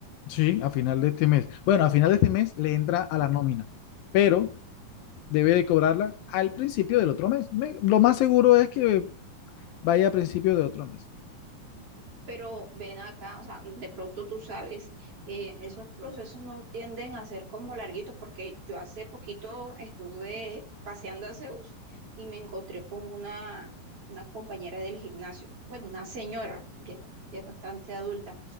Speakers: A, on the left; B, on the right.
A: Sí, a final de este mes. Bueno, a final de este mes le entra a la nómina, pero debe de cobrarla al principio del otro mes. Me- lo más seguro es que vaya a principio de otro mes.
B: pero ven acá, o sea, de pronto tú sabes, eh, esos procesos no tienden a ser como larguitos, porque yo hace poquito estuve paseando a Zeus y me encontré con una, una compañera del gimnasio, bueno, una señora, ya, ya es bastante adulta,